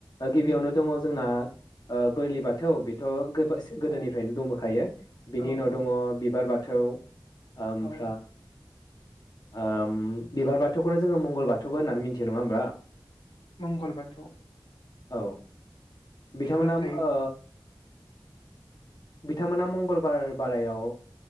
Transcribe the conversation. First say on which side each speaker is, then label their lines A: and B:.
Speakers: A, on the left; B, on the left.
A: गिबियावनो
B: देलाय
A: दङ जोंना बोरलि बाथ थौ बेथ' गोब गोदोनिफ्रायनो
B: अ
A: दंबोखायो बिनि
B: औ
A: उनाव
B: औ
A: दङ बिबार बाथौ थौ ओमफ
B: औ
A: ओम बिबार बाथौखौनो जोङो मंगल बाथौबो होननानै मिथियो नङा होमबा।
B: मंगलबाथौ
A: औ बिथांमोना
B: नाथाय
A: ओ बिथांमोना मंगलबार बारायाव